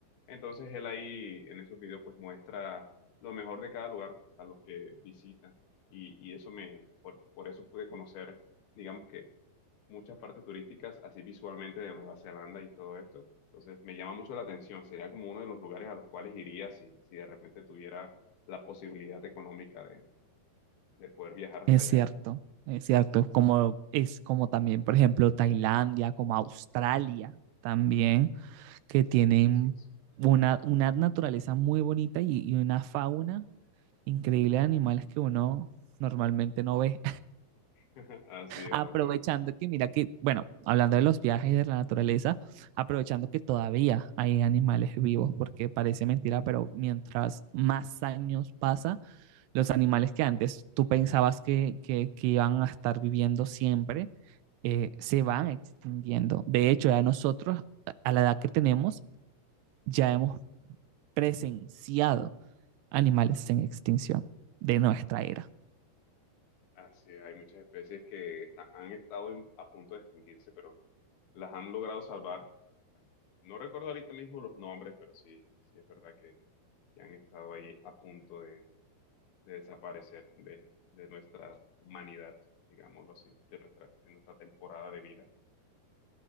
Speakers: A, on the left (about 70°); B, on the right (about 85°).
A: Entonces él ahí en esos videos pues muestra lo mejor de cada lugar a los que visita y, y eso me, por, por eso pude conocer, digamos que muchas partes turísticas así visualmente de Nueva Zelanda y todo esto. Entonces me llama mucho la atención, sería como uno de los lugares a los cuales iría si, si de repente tuviera la posibilidad económica de, de poder viajar hasta
B: Es
A: allá.
B: cierto, es cierto, como es como también, por ejemplo, Tailandia, como Australia también, que tienen
A: Así es.
B: una, una naturaleza muy bonita y, y una fauna increíble de animales que uno normalmente no ve.
A: <laughs> Así es,
B: Aprovechando
A: así es.
B: que, mira que, bueno, hablando de los viajes y de la naturaleza, aprovechando que todavía hay animales vivos, porque parece mentira, pero mientras más años pasa, los animales que antes tú pensabas que, que, que iban a estar viviendo siempre, eh, se van extinguiendo. De hecho, ya nosotros, a la edad que tenemos, ya hemos presenciado animales en extinción de nuestra era.
A: Así es. Hay muchas especies que ha- han estado en- a punto de extinguirse, pero las han logrado salvar No recuerdo ahorita mismo los nombres, pero sí, sí es verdad que, que han estado ahí a punto de, de desaparecer de, de nuestra humanidad, digámoslo así, de nuestra, de nuestra temporada de vida,